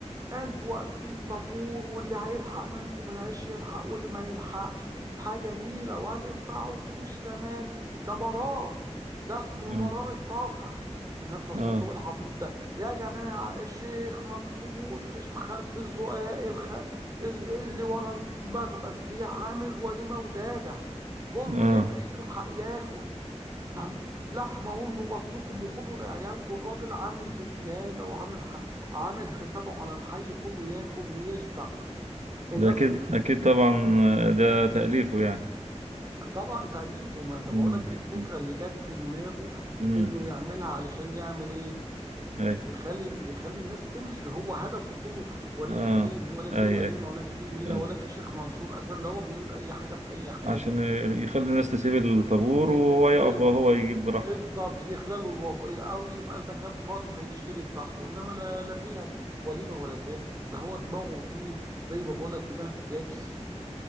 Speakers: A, on the right; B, on the right.
A: انتوا واقفين طابور واللي هيلحق منكم معلش يلحق واللي ما يلحقش حاجة نيلة وهتدفعوا فلوس كمان ده مرار ده اسمه المرار
B: اه
A: الطافح الناس رصته
B: اه
A: إيه العبيط ده يا جماعة الشيخ منصور في خلف الزقاق الخ... الز- اللي ورا المخبز بيعامل وليمة ودابح كله
B: اه
A: يجري يلحق ياكل ده لحمة واملوا بطنكم وخدوا لعيالكم الراجل عامل بزيادة وعامل ح... عامل حسابه على الحي كله ياكل ويشبع
B: ده
A: الناس
B: اكيد
A: بت...
B: اكيد طبعا آه، ده تأليفه يعني
A: طبعا تأليفه ما انت بقولك
B: امم
A: دي الفكرة اللي جت في دماغه
B: امم
A: انه يعملها علشان يعمل ايه
B: اي
A: يخلي يخلي الناس تمشي هو هدفه كله وليمة
B: اه
A: ايه ولا في
B: اي
A: وليمة
B: اي
A: ولا في نيلة
B: اي
A: ولا في شيخ منصور اصلا ده هو بيقول اي حاجة في اي حاجة
B: عشان يخلي الناس تسيب الطابور
A: ب...
B: وهو
A: بز...
B: يقف هو يجيب براحته
A: بالظبط يخللوا الوف... او يبقى المكان فاضي فيشتري براحته انما لا لا فيها وليمه ولا زاف ده هو دماغه دي زي ما بقول لك دماغ جابس